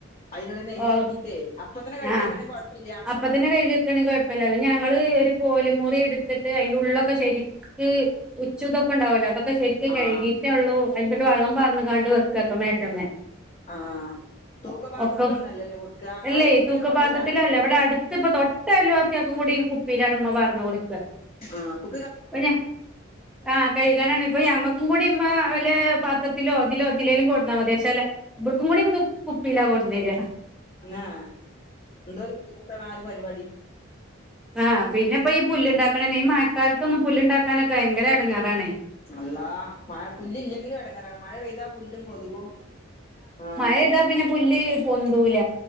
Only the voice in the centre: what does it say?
ഓഹ്
ആഹ്
അപ്പത്തന്നെ കഴുകി വെക്കാണെങ്കി കൊഴപ്പല്ല അത് ഞങ്ങള് ഒരു പോലെ മുറി എടുത്ത് ത്തിട്ട് അതിന്റെ ഉള്ളൊക്കെ ശരിക്ക് ഉച്ചുതൊക്കെണ്ടാവല്ലോ അതൊക്കെ ശരിക്ക്
കഴുകീറ്റേ ഉള്ളൂ അയിന്റൊ െക്കവള്ളം പാർന്ന്കാാണ്ട് വെക്കാട്ടോ മേഷമേ.
<unintelligible>
അല്ലേ
തൂക്കപാത്രത്തിലല്ല
ഇവിടെ അടുത്ത് തൊട്ട ക്കതും കൂടി കുപ്പീലാണ് ഉമ്മ പാർന്ന് കൊട്ക്ക
ഇപ്പ ഞ ആ കയ്കാനാണ് ഇപ്പ ഞങ്ങക്കും കൂടി മ്മ ല് പാത്രത്തിലോ അതിലോ തിലേലും കൊടന്നാ മതി പഷേലെ ഇബ്ട്ക്കും കൂടിമിത് കുപ്പിലാ കൊട്ന്നേര
ആഹ് പിന്നെപ്പ ഈ പുല്ണ്ടാ ക്കാനൊക്കെ ഈ മഴക്കാലത്തൊന്നും പുല്ുണ്ടാക്കാനൊക്കെ ഭയങ്കര എടങ്ങാറാണേ
യെയ്താ പിന്നെ പുല്ല് പൊന്തൂല